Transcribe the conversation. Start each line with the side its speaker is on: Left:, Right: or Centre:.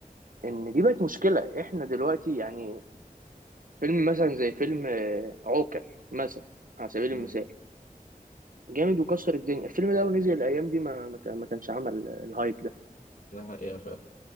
Right: ان دي بقت مشكله احنا دلوقتي يعني فيلم مثلا زي فيلم آه، عوكل مثلا على سبيل
Left: مم.
Right: المثال جامد وكسر الدنيا الفيلم ده لو نزل الايام دي ما ما كان- ما كانش عمل الهايب ده
Left: ده حقيقه فعلا